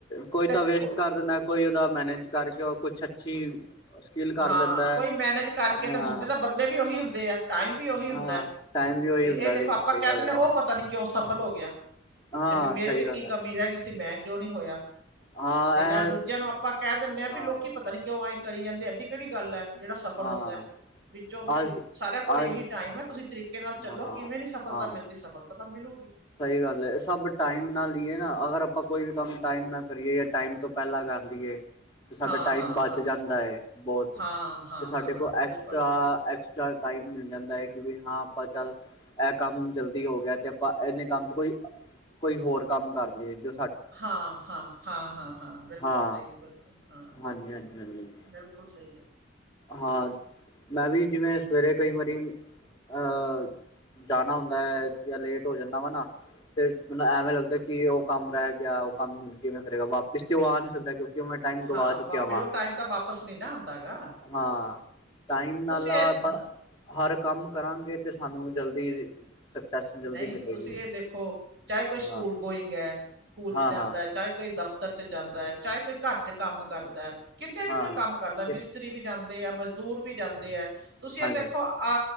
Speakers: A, on the left; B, on the right.
A: ਕੋਈ
B: ਤੇ
A: ਤਾਂ
B: ਕ
A: ਵੇਸਟ ਕਰ ਦਿੰਦਾ ਕੋਈ ਓਦਾ ਮੈਨੇਜ ਕਾਰਕੇ ਓ ਕੁਛ ਅੱਛੀ ਸਕਿੱਲ ਕਰ
B: ਹਾਂ
A: ਲੈਂਦਾ ਹੈ
B: ਕੋਈ ਮੈਨੇਜ ਕਰਕੇ
A: ਹਾਂ
B: ਤਾਂ, ਹੁਨ ਚਲੋ ਬੰਦੇ ਵੀ ਓਹੀ ਹੁੰਦੇ ਆ ਟਾਈਮ ਵੀ ਓਹੀ ਹੁੰਦੈ।
A: ਹਾਂ ਟਾਈਮ ਵੀ ਉਹੀ
B: ਤੇ
A: ਹੁੰਦਾ
B: ਏ ਦੇਖੋ,
A: ਸੀ
B: ਆਪਾਂ
A: ਸਹੀ
B: ਕੈ
A: ਗੱਲ
B: ਦਿੰਨੇ
A: ਹੈ
B: ਆ ਓ ਪਤਾ ਪਤਾ ਨਈ ਕੇਓਂ ਸਫਲ ਹੋ ਗੇਆ,
A: ਹਾਂ
B: ਤੇ ਬੀ ਮੇਰੇ
A: ਸਹੀ
B: ਚ
A: ਗੱਲ
B: ਕੀ ਕਮੀ
A: ਹੈ
B: ਰੈ ਗਈ ਸੀ ਮੈਂ ਕੇਓ ਨਈ ਹੋਏਆ।
A: ਹਾਂ
B: ਤੇ
A: ਇਹ
B: ਜਾਂ ਦੂਜੇਆਂ ਨੂੰ ਆਪਾਂ ਕੈ ਦੇਨੇ ਆ, ਵੀ
A: ਹਾਂ
B: ਲੋਕੀ ਪਤਾ ਨੀ ਕੇਓਂ ਐਂ ਕਰੀ ਜਾਂਦੇ ਐਡੀ ਕੇੜੀ ਗਾੱਲ ਐ। ਜੇੜਾ ਸਫਲ
A: ਹਾਂ
B: ਹੋਂਦੈ, ਵਿ ਚਲੋ ਵੀ
A: ਅੱਜ
B: ਸਾਰੇਆਂ ਕੋਲ ਏਹੀ
A: ਅੱਜ
B: ਟਾਈਮ ਆ ਤੁਸੀਂ ਤਰੀ ਕੇ ਨਾਲ
A: ਹਾਂ
B: ਚੱਲੋ, ਕਿਵੇਂ ਨੀ ਸਫਲਤਾ
A: ਹਾਂ
B: ਮਿਲਦੀ ਸਫਲਤਾ ਤਾਂ ਮਿਲੂ਼ਗੀ।
A: ਸਹੀ ਗਾੱਲ ਐ, ਏ ਸਬ ਟਾਈਮ ਨਾਲ ਈ ਏ ਨਾ, ਅਗਰ ਆਪਾਂ ਕੋਈ ਵੀ ਕੰਮ ਟਾਈਮ ਨਾਲ ਕਰੀਏ ਯਾ ਟਾਈਮ ਤੋਂ ਪੈਲਾਂ ਕਾਰ ਲੀਏ। ਤੇ ਸਾਡਾ
B: ਹਾਂ
A: ਟਾਈਮ
B: ਹਾਂ
A: ਬਚ
B: ਹਾਂ
A: ਜਾਂਦੈ ਏ ਬੋਤ,
B: ਹਾਂ, ਹਾਂ,
A: ਤੇ ਸਾਡੇ
B: ਹਾਂ, ਹਾਂ,
A: ਕੋਲ
B: ਬਿਲਕੁਲ
A: ਐਕਸਟਰਾ
B: ਸ
A: ਐਕ ਚ ਟਾਈਮ ਮਿਲ ਜਾਂਦਾ ਐ, ਕਿ ਵੀ ਹਾਂ ਆਪਾਂ ਚਾੱਲ ਐ ਕਾੱਮ ਜਲਦੀ ਹੋ ਗੇਆ ਤੇ ਆਪਾਂ ਐਨੇ ਕੰਮ ਚ ਕੋਈ, ਕੋਈ ਹੋਰ ਕਾੰਮ ਕਰਦੀਏ ਜ
B: ਹਾਂ, ਹਾਂ, ਹਾਂ, ਹਾਂ, ਹਾਂ ਬੇਲਕੁਲ
A: ਹਾਂ
B: ਸਈ ਐ ਬੇਲਕੁਲ ਹਾਂ ਬੇਲਕੁਲ।
A: ਹਾਂਜੀ ਹਾਂਜੀ ਹਾਂਜੀ
B: ਬੇਲਕੁਲ ਸਈ ਏ।
A: ਹਾਂ ਮੈਂ ਵੀ ਜਿਵੇਂ ਸਵੇਰੇ ਕਈ ਵਾਰੀ, ਅ ਜਾਨਾ ਹੁੰਦਾ ਏ, ਯਾ ਲੇਟ ਹੋ ਜਾਂਨਾ ਵਾ ਨਾ ਤੇ ਮਨ ਐਵੇਂ ਲੱਗਦਾ ਕਿ ਓ ਕੰਮ ਰੈ ਗੇਆ, ਓ ਕੰਮ ਕਿਵੇਂ ਕਰੇਗਾ ਵਾਪਿਸ ਤੇ ਓ ਆ ਨਈ ਸਕਦਾ ਕੇਓਕਿ ਕਿ ਮੈਂ ਟਾਈਮ ਗਵਾ
B: ਹਾਂ,
A: ਚੁੱਕੇਆ
B: ਵਾਪਿਸ
A: ਵਾਂ।
B: ਉਹ ਟਾਈਮ ਤਾਂ ਵਾਪਿਸ ਨੀ ਨਾ ਆਂਦਾ ਗਾ।
A: ਹਾਂ, ਟਾਈਮ ਨਾਲ
B: ਤੁਸੀਂ
A: ਆਪਾ
B: ਇਹ ਹਾਂ,
A: ਹਾਰ ਕਾੰਮ ਕਰਾਂਗੇ, ਤੇ ਸਾਨੂੰ ਜਲਦੀ ਸਕਸੈਸ ਜਲਦੀ
B: ਨਈ
A: ਮਿਲੇਗੀ
B: ਤੁਸੀਂ ਏ ਦੇਖੋ, ਚਾਹੇ ਕੋਈ
A: ਹਾਂ
B: ਸੁਕੂਲ ਗੋਇੰਗ ਐ। ਸੁਕੂਲ ਚ
A: ਹਾਂ
B: ਜਾਂਦੈ,
A: ਹਾਂ
B: ਚਾਏ ਕੋਈ ਦਫ਼ਤਰ ਜਾਂਦਾ ਐ, ਚਾਏ ਕੋਈ ਘਾਰ ਚ ਕਾੰਮ ਕਰਦੈ, ਕਿਤੇ ਵੀ
A: ਹਾਂ
B: ਕੋਈ ਕਾੰਮ ਘਾਰਦਾ ਮਿਸਤਰੀ
A: ਤੇ
B: ਵੀ ਜਾਂਦੇ ਆ, ਮਜਦੂਰ ਵੀ ਜਾਂਦੇ ਆ, ਤੁਸੀ ਏ
A: ਹਾਂਜੀ
B: ਦੇਖੋ ਆ